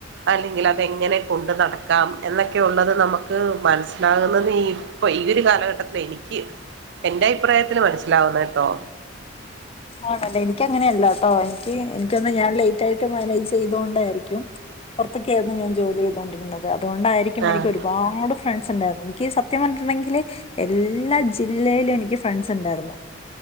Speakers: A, on the right; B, on the left.
A: അല്ലെങ്കിലതെങ്ങനെ കൊണ്ട് നടക്കാം. എന്നൊക്കെയുള്ളത് നമുക്ക് മനസ്സിലാകുന്നുന്നതീ പ്പൊ ഈ ഒരു കാലഘട്ടത്തിൽ എനിക്ക് എന്റെ അഭിപ്രായത്തിൽ മനസ്സിലാവുന്നത് ട്ടോ
B: ആണല്ലേ എനിക്കങ്ങനെയല്ലാ ട്ടോ എനിക്ക് തോന്നണ് ഞാൻ ലേറ്റായിട്ട് മാനേജ് ചെയ്തോണ്ടായിരിക്കും. പൊറത്തൊക്കെയായിരുന്നു ഞാൻ ജോലി ചെയ്തുകൊണ്ടിരുന്നത് അതുകൊണ്ടായിരിക്കും
A: ആഹ്
B: എനിക്ക് ഒരുപാട് ഫ്രണ്ട്സ് ഉണ്ടായിരുന്നു. എനിക്ക് സത്യം പറഞ്ഞിട്ടുണ്ടെങ്കില് എല്ലാ ജില്ലയിലും എനിക്ക് ഫ്രണ്ട്സ് ണ്ടായിരുന്നു.